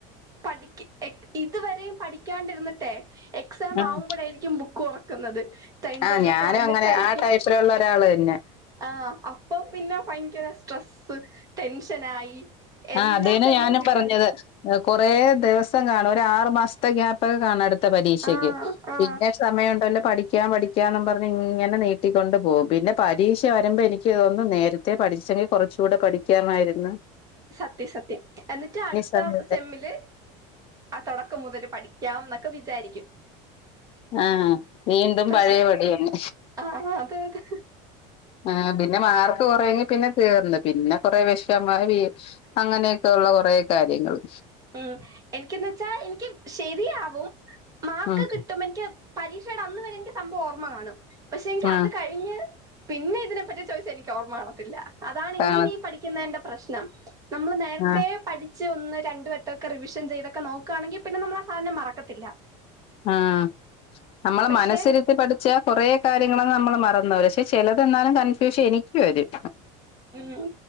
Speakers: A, on the right; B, on the left.
A: പഠിക് ഇതുവരെയും പഠിക്കാണ്ടിരുന്നിട്ടെ എക്സാം
B: ആഹ്
A: ആവുമ്പോഴായിരിക്കും ബുക്ക് തുറക്കുന്നത് ടൈം
B: ആഹ്
A: ടേബ്ളൊ
B: ഞാനും
A: ക്കെ വന്നിട്ടായിരിക്ക്യും
B: അങ്ങനെ ആ ടൈപ്പിലുള്ള ഒരാള് തന്നെ
A: ആഹ് അപ്പൊ പിന്നെ ഭയങ്കര സ്ട്രെസ്സ് ടെൻഷനായി എല്ലാ
B: ആഹ് അതേനെ
A: സെമ്മും
B: ഞാനും
A: വിചാരിക്കും
B: പറഞ്ഞത് കൊറേ ദിവസം കാണും ഒരു ആറു മാസത്തെ ഗ്യാപ്പൊക്കെ കാണാം അടുത്ത പരീക്ഷയ്ക്ക്
A: ആഹ് ആഹ്
B: പിന്നെ സമയ്യണ്ടല്ലോ പഠിക്കാം പഠിക്കാംന്ന് പറഞ്ഞ് ഇങ്ങനെ നീട്ടിക്കൊണ്ട് പോകും പിന്നെ പരീക്ഷ വരുമ്പോ എനിക്ക് തോന്നും നേരത്തെ ച്ചെ പഠിച്ചെങ്കി കുറച്ചൂടെ പഠിക്ക്യാമായിരുന്നു.
A: സത്യം സത്യം എന്നിട്ട് അട്ത്ത
B: സമയമില്ല
A: സെമ്മില് ആഹ് തുടക്കം മുതൽ പഠിക്കാം ന്നൊക്കെ വിചാരിക്കും
B: ആഹ് വീണ്ടും
A: പക്ഷെ
B: പഴയപടി തന്നെ
A: ആഹ് അതെതെ
B: ആഹ് പിന്നെ മാർക്ക് കൊറയോങ്കി പിന്നെ തീർന്ന് പിന്നെ കൊറേ വിഷമ <unintelligible> അങ്ങനെയൊക്കെള്ള കൊറെ കാര്യങ്ങള്
A: ഉം എനിക്കന്ന് വെച്ചാ എനിക്ക് ശരിയാവും മാർക്ക്
B: ഉം
A: കിട്ടും എനിക്ക് പരീക്ഷടെ അന്ന് വരെ എനിക്ക് സംഭവംഓരമ്മ കാണും പക്ഷേ എനിക്ക്
B: ആഹ്
A: അത് കഴി <unintelligible> പിന്നെ ഇതിന പറ്റി ചോയിച്ച എനിക്ക് ഓർമ്മ കാണത്തില്ല അതാണ്
B: കാണ
A: ഇങ്ങനെ ഈ പഠി ക്കുന്നേന്റ പ്രശ്നം നമ്മള് നേരത്തെ
B: ആഹ്
A: പഠിച്ച് ഒന്ന് രണ്ടവട്ടൊക്കെ റിവിഷൻ ചെയ്തൊക്കെ നോ ക്കാണെങ്കി പിന്നെ നമ്മളാ സാധനം മറക്കത്തില്ല
B: ആഹ് നമ്മള്
A: പക്ഷെ
B: മനസ്സിരുത്തി പഠി ച്ച കൊറേ കാര്യങ്ങളങ്ങ് നമ്മള് മറന്ന് പോവൂലെ. പക്ഷേ ചിലത് എന്നാലും കൺഫ്യൂഷൻ എനിക്ക് വരും
A: ഉം